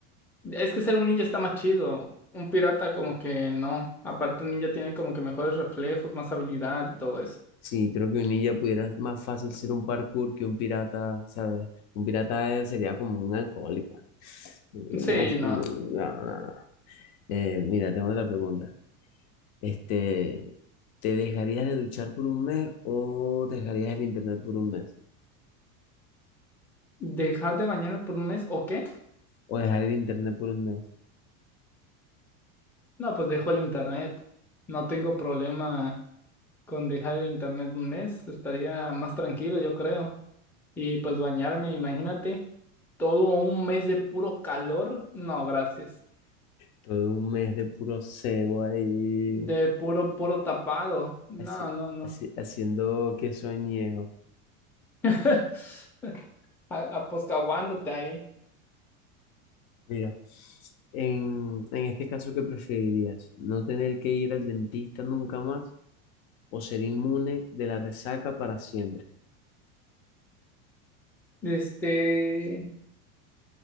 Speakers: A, in the centre; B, on the left.
A: Es que ser un ninja está más chido. Un pirata como que no. Aparte, el ninja tiene como que mejores reflejos, más habilidad y todo eso.
B: Sí, creo que un ninja pudiera más fácil ser un parkour que un pirata, ¿sabes? Un pirata eh, sería como un alcohólico. Eh,
A: Sí,
B: No, eh,
A: no.
B: no, no, no. Eh, mira, tengo otra pregunta. Este, ¿te dejarías de duchar por un mes o dejarías el internet por un mes?
A: ¿Dejar de bañarme por un mes o qué?
B: O dejar el internet por un mes.
A: No, pues dejo el internet. No tengo problema con dejar el internet un mes. Estaría más tranquilo, yo creo. Y pues bañarme, imagínate, todo un mes de puro calor. No, gracias.
B: Todo un mes de puro cebo ahí,
A: De puro poro tapado. No,
B: así,
A: no, no.
B: así- haciendo que soñejo.
A: <laughs> a- aposcaguándote ahí.
B: Mira, en, en este caso, ¿qué preferirías? ¿No tener que ir al dentista nunca más o ser inmune de la resaca para siempre?
A: Este,